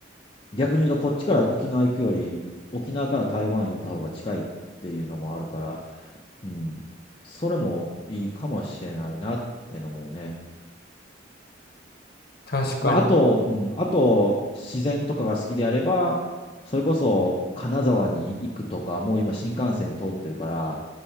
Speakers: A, on the left; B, on the left.
A: 逆に言うとこっちから沖縄行くより、沖縄から台湾行った方が近いっていうのもあるから、うん、それもいいかもしれないなってのもね。
B: 確かに。
A: まあ、あと、うん、あと、自然とかが好きであれば、それこそ金沢に行くとか、もう今新幹線通ってるから、